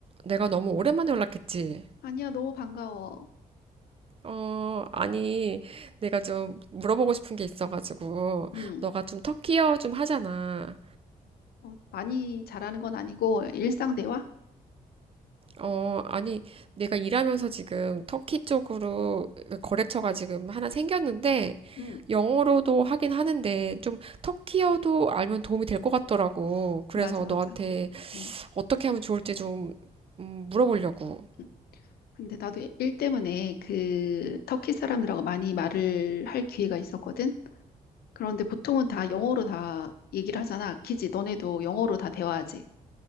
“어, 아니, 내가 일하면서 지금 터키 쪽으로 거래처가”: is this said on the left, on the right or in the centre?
Right